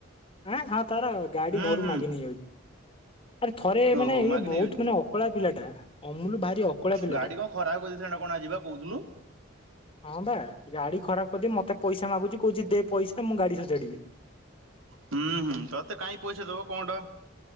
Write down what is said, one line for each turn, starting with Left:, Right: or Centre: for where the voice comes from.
Left: ଆଁ ହଁ ତାର ଗାଡ଼ି
Right: ହୁଁ
Left: ଘରୁ
Right: ହୁଁ।
Left: ମାଗି ନେଇ ଯାଉଚି। ଆରେ ଥରେ ମାନେ
Right: ଓହୋ
Left: ଇଏ
Right: ମାଗି
Left: ବହୁତକିନି
Right: ନେଇଯାଉଛି
Left: ଅକୁଆଳିଆ ପିଲାଟା ଅମୁଲୁ ଭାରି ଅକୁଆଳିଆ ପିଲ୍
Right: ଗାଡ଼ି କଁ ଖରାପ କରଦେଇଥିଲା ନାଁ କଣ ଆଜି ପା କହୁଥୁଲୁ।
Left: ହଁ ବା ଗାଡ଼ି ଖରାପ କରିଦେଇ ମତେ ପଇସା ମାଗୁଚି କହୁଚି ଦେ ପଇସା ମୁଁ ଗାଡ଼ି ସଜାଡ଼ିବି।
Right: ହୁଁ ହୁଁ ତତେ କାଇହିଁ ପଇସା ଦବ କଁ ଟ?